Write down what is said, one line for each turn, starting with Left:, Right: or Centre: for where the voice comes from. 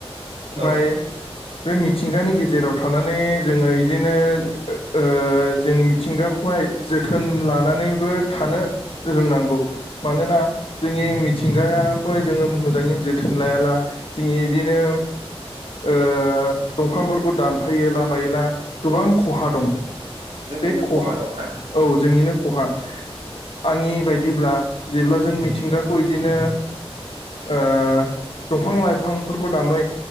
Left: ओमफाय
Right: औ
Left: बे मिथिंगानि गेजेराव थानानै जोङो बिदिनो ओ जों मिथिंगाखौहाय जोथोन लानानै नानैबो थानो रोंनांगौ मानोना जोंनि मिथिंगायखौहाय जोङो मोजाङैनो जोथोन लायाबला जोंनि बिदिनो ओ दंफांफोरखौ दानफायोला मायोला गोबां खहा दं
Right: जोंनिनो
Left: बे खहा
Right: दंना
Left: औ जोंनिनो खहा आंनि बायदिब्ला जेब्ला जों मिथिंगाखौ बिदिनो ओ दंफां लाइफांफोरखौ दामो